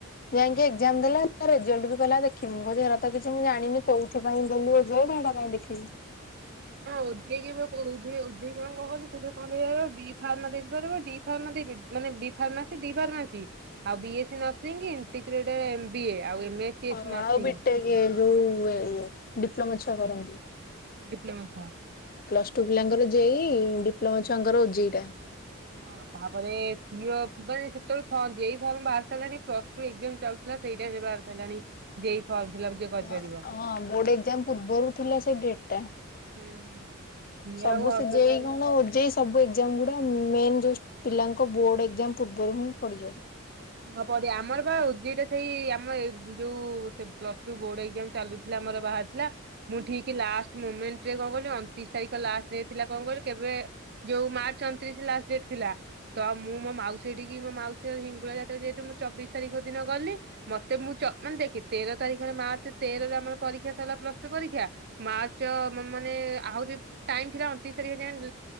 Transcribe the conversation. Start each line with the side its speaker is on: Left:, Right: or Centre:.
Left: ଯାଇକି ଏକ୍ଜାମ୍ ଦେଲା ରେଜଲ୍ଟ ବି କହିଲା ଦେଖି ବୁ <unintelligible> ସେଇରା ତ କିଛି ମୁଁ ଜାଣିନି କୋଉଥିପାଇଁ ଦେଲୁ ଓଜେଡ ହେଟା କାଇଁ ଦେଖିବି।
Right: ହଁ ଓଜେ କି ବା କହୁଚି ଏ ଓଜେଇ କଣ କହନି ତୁ ଯେ କହନ୍ତି <unintelligible> ବିଫାରମା ଦେଇ ପାରିବ। ଡି ଫାରମା ଦେବେ ମାନେ ବି ଫାର୍ମାସି, ଡି ଫାର୍ମାସି ଆଉ ବିଏସି ନସିଂ ଟିକରେଟ୍ ଏମବିଏ ଆଉ ଏମେସ୍କି
Left: ହଁ
Right: ନର୍ସିଂ।
Left: ଆଉ ବିଟେକ୍ ଯୋଉ ଉଏ, ଉଏ ଡିପ୍ଲୋମା ଛୁଆ କରନ୍ତି।
Right: ନମସା
Left: ପ୍ଲସ୍ ଟୁ ପିଲାଙ୍କର ଜେଇ। ଡିପ୍ଲୋମା ଛୁଆଙ୍କର ଓଜେଇ ଟା।
Right: ହଁ ତାପରେ ଏ ସିଓ ପାଇଁ ସେତେବେଳେ <unintelligible> ଏଇ ଫର୍ମ ବାହାରି ସାରିଲାଣି ପ୍ଲସ୍ ଟୁ ଏକ୍ଜାମ ଚାଲ ଥିଲା ସେଇଟା ଏବେ ବାହାରି ସାରିଲାଣି। ଜେଇ ଫର୍ମ ଫିଲପ ଯିଏ କରିପାରିବ।
Left: ହଁ, ହଁ ବୋର୍ଡ ଏକ୍ଜାମ ପୂର୍ବରୁ ଥିଲା ସେ ଡଟ୍ ଟା।
Right: ହୁଁ ହୁଁ ସିଏ
Left: ସବୁ
Right: ଆଉ ହଷ୍ଟେଲ
Left: ସେ ଜେଇ କଣ ଓଜେଇ ସବୁ ଏକ ଜାମ ଗୁଡା ମେନ୍ଯୋଉ ପିଲାଙ୍କ ବୋର୍ଡ ଏକ୍ଜାମ ପୂର୍ବରୁ ହିଁ ପଡିଯାଏ।
Right: ହଁ ପଡେ। ଆମର ବା ଓଜେଇ ଟା ସେଇ ଆମ ଏ ଯୋଉ ସେ ପ୍ଲସ୍ ଟୁ ବୋର୍ଡ ଏକ୍ଜାମ ଚାଲୁଥିଲା ଆମର ବାହାରି ଥିଲା। ମୁଁ ଠିକ ଲାଷ୍ଟ ମୁମେଣ୍ଟ ରେ କଣ କହିଲୁ ଅଣତିରିଶ ତାରିଖ ଲାଷ୍ଟ ଡେ ଥିଲା କଣ କହିଲୁ କେବେ ଯୋଉ ମାର୍ଚ୍ଚ ଅଣତିରିଶ ଲାଷଟ ଡେଟ ଥିଲା। ତ ମୁଁ ମୋ ମାଉସୀ ହେଟିକି ମୋ ମାଉସୀ ହିଙ୍ଗଳା ଯା ଯେହେତୁ ମୁଁ ଚବିଶ ତାରିଖ ଦିନ ଗଲି। ମତେ ମୁଁ ଚ ମାନେ ଦେଖେ ତେର ତାରିଖରେ ମାର୍ଚ୍ଚ ତେରରେ ଆମର ପ ପରିକ୍ଷା ସରିଲା ପ୍ଲସ ଟୁ ପରୀକ୍ଷା। ମାର୍ଚ୍ଚ ମାନେ ଆହୁରି ଟାଇମ ଥିଲା ଅଣତିରିଶ ତାରିଖ ଯାଏ।